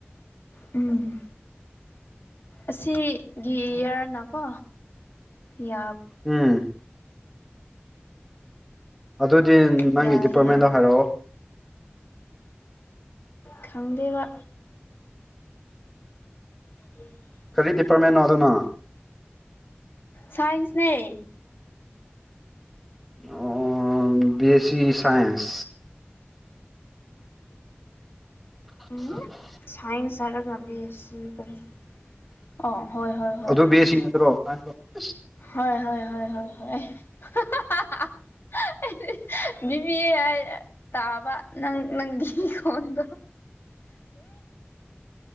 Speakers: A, on the left (about 65°); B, in the centre.
A: ꯎꯝ ꯑꯁꯤꯒꯤ ꯏꯌꯥꯔꯅꯀꯣ ꯌꯥ__
B: ꯎꯝ ꯑꯗꯨꯗꯤ ꯅꯪꯒꯤ
A: ꯌꯥꯏꯌꯦ
B: ꯗꯤꯄꯥꯔꯠꯃꯦꯟꯗꯣ
A: ꯍꯥꯏꯔꯛꯄ
B: ꯍꯥꯏꯔꯛꯑꯣ
A: ꯈꯪꯗꯦꯕ <unintelligible>
B: ꯀꯔꯤ ꯗꯤꯄꯥꯔꯠꯃꯦꯟꯅꯣ ꯑꯗꯨꯅ
A: ꯁꯥꯏꯟꯁꯅꯦ
B: ꯑꯣ B A C science <unintelligible>
A: um science ꯍꯥꯏꯔꯒ ꯕꯤ ꯑꯦ ꯁꯤ ꯀꯔꯤ ꯑꯣ ꯍꯣꯏ ꯍꯣꯏ ꯍꯣꯏ
B: ꯑꯗꯨ
A: ꯍꯣꯏ
B: ꯕꯦ ꯑꯦ ꯁꯤ ꯅꯠꯇꯔꯣ ꯁꯥꯏꯟꯁꯇꫭ
A: ꯍꯣꯏ ꯍꯣꯏ ꯍꯣꯏ ꯍꯣꯏ ꯍꯣꯏ <unintelligible> ꯕꯤꯕꯤ ꯑꯦ ꯍꯥꯏꯔ ꯇꯥꯕ ꯅꯪ ꯅꯪꯒꯤ ꯈꯣꯟꯗꯣ